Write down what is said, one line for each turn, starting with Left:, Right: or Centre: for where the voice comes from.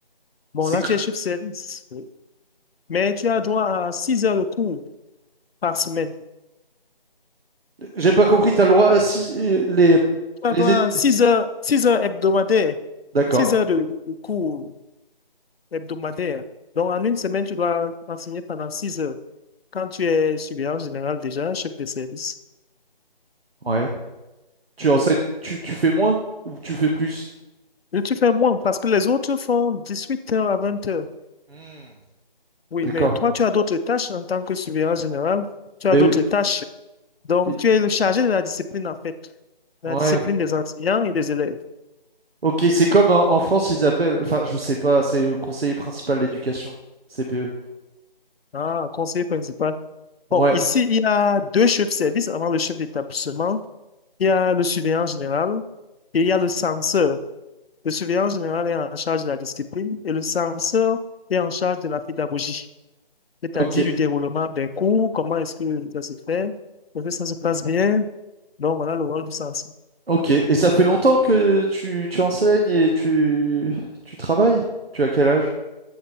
Left: bon,
Right: C'est,
Left: là,
Right: que-
Left: tu es chef service, oui. mais tu as droit à 6 heures de cours. par semaine.
Right: j'ai pas compris, t'as le droit à six- euh, les,
Left: Ça
Right: les
Left: doit
Right: études.
Left: six heures, 6 heures hebdomadaires,
Right: D'accord,
Left: 6 heures de, de- de cours hebdomadaires. Donc, en une semaine, tu dois enseigner pendant 6 heures. Quand tu es surveillant général déjà, chef de service.
Right: ouais. Tu enseignes,
Left: Oui.
Right: tu, tu fais moins ou tu fais plus?
Left: Et tu fais moins parce que les autres font 18 heures à 20 heures.
Right: Hmm,
Left: Oui,
Right: d'accord.
Left: mais toi, tu as d'autres tâches en tant que surveillant général. Tu
Right: Ben
Left: as d'autres
Right: oui.
Left: tâches. Donc,
Right: oui.
Left: tu es le chargé de la discipline, en fait.
Right: Ouais.
Left: La discipline des enseignants et des élèves.
Right: Ok, c'est comme en, en France, ils appellent, enfin, je sais pas, c'est le conseiller principal d'éducation, CPE.
Left: Ah, conseiller principal.
Right: Ouais,
Left: Bon, ici, il y a deux chefs de service avant le chef d'établissement. Il y a le surveillant général et il y a le censeur. Le surveillant général est en charge de la discipline et le censeur est en charge de la pédagogie, c'est-à-dire
Right: ok,
Left: du déroulement des cours, comment est-ce que ça se fait, est-ce que ça se passe bien. Donc, voilà le rôle du censeur.
Right: ok. Et ça fait longtemps que tu, tu enseignes et tu, tu travailles? Tu as quel âge?